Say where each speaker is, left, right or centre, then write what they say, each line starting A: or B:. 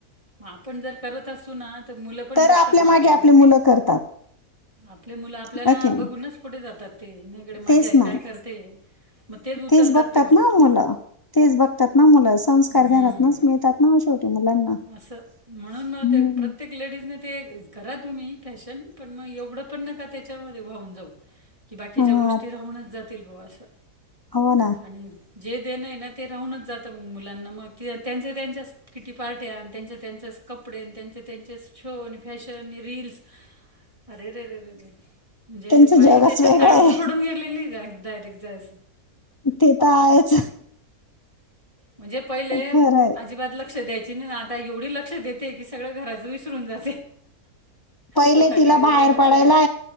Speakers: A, on the right; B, on the left.
A: मग आपण जर करत असू ना. तर मुलं पण
B: तर
A: बघतात
B: आपल्या
A: ना
B: मागे
A: आपल्याकडे.
B: आपली मुलं करतात.
A: आपले मुलं आपल्याला
B: हो की नाही
A: बघूनच पुढे जातात. ते न इकडे माजा
B: तेच
A: आहे.
B: ना
A: काय करते. मग उचलतात
B: तेच बघतात
A: ते बरोबर
B: ना. मुलं तेच बघतात ना मुला. संस्कार
A: हम्म
B: घरात नच मिळतात ना ओ. शेवटी मुलांना.
A: असं म्हणून मग
B: हम्म.
A: ते. प्रत्येक लेडीजने ते करा तुम्ही फॅशन पण मग एवढं. आपण नका त्याच्यामध्ये वाहून जाऊ. की बाकीच्या
B: हा
A: गोष्टी राहूनच जातील बा असं.
B: हो ना.
A: आणि जे देण आहे ना. ते राहूनच जातं मुलांना मग त्यांचे त्यांच्या किती. पार्ट्या आणि त्यांच्या-त्यांचेच कपडे त्यांच्या-त्यांचेच शोनी फॅशन रीलस अरेरेरेरेरे. म्हणजे
B: त्यांचं
A: बाई
B: जगच
A: त्याच्यात
B: वेगळं
A: ताळघूर
B: आहे
A: पडून गेलेली डायरेक्ट जायस.
B: ते तर आहेच.
A: म्हणजे पहिले
B: खरंय
A: अजिबात लक्ष द्यायचे आता एवढी लक्ष देते की. सगळं घराच विसरून जाते.
B: पहिले
A: स्वतःकडे
B: तिला
A: एवढं
B: बाहेर
A: लक्ष
B: पडायला